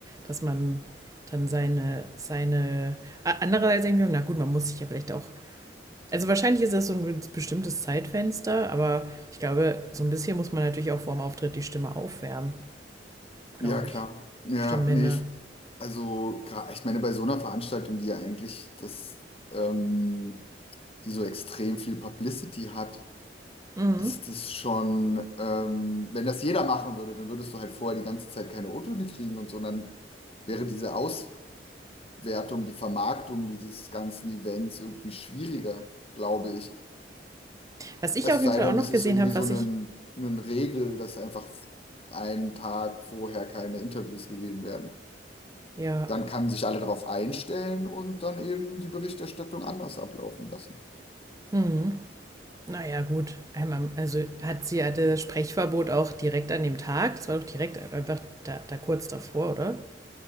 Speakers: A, on the right (about 20°); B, on the left (about 35°).
A: dass man dann seine, seine. A- Andererseits denke ich mir, na gut, man muss sich ja vielleicht auch. Also, wahrscheinlich ist das so ein bestimmtes Zeitfenster, aber ich glaube, so ein bisschen muss man natürlich auch vorm Auftritt die Stimme aufwärmen,
B: ja,
A: glaube
B: klar.
A: ich.
B: Ja,
A: Stimmbänder.
B: nee, ich, also, gra- ich meine, bei so einer Veranstaltung, die ja eigentlich das, ähm, die so extrem viel Publicity hat,
A: Mhm.
B: ist es schon, ähm, wenn das jeder machen würde, dann würdest du halt vorher die ganze Zeit keine O-Töne kriegen und so, und dann wäre diese Aus, Wertung, die Vermarktung dieses ganzen Events irgendwie schwieriger, glaube ich.
A: Was ich
B: Es
A: auf
B: sei
A: jeden Fall
B: denn,
A: auch noch
B: es ist
A: gesehen
B: irgendwie
A: habe,
B: so
A: was
B: eine,
A: ich.
B: Regel, dass einfach einen Tag vorher keine Interviews gegeben werden.
A: Ja.
B: Dann kann sich alle darauf einstellen und dann eben die Berichterstattung anders ablaufen lassen.
A: Mhm. Naja, gut. Einmal, also hat sie hatte Sprechverbot auch direkt an dem Tag. Das war doch direkt einfach da, da kurz davor, oder?